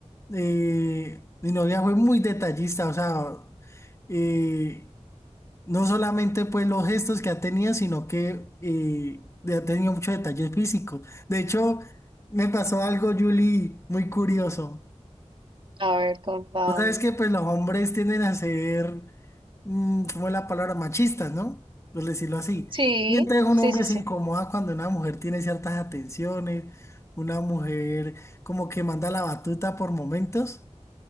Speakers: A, on the left; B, on the right.
A: eh, mi novia fue muy detallista, o sea, eh, No solamente pues los gestos que ha tenido, sino que eh, de- ha tenido muchos detalles físicos. De hecho, me pasó algo, Julie, muy curioso.
B: A ver, contame.
A: Vos sabes que pues los hombres tienden a ser, mm, ¿cómo es la palabra? Machistas, ¿no? Por decirlo así.
B: Sí,
A: Y entonces un
B: sí,
A: hombre
B: sí, sí.
A: se incomoda cuando una mujer tiene ciertas atenciones, una mujer como que manda la batuta por momentos.